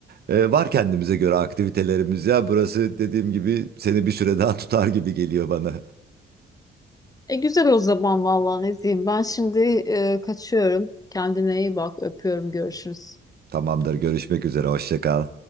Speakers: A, on the right; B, on the left.
A: e, var kendimize göre aktivitelerimiz ya. Burası dediğim gibi seni bir süre daha tutar gibi geliyor bana.
B: E güzel o zaman vallahi ne diyeyim. Ben şimdi e, kaçıyorum. Kendine iyi bak. Öpüyorum. Görüşürüz.
A: Tamamdır, görüşmek üzere, hoşça kal.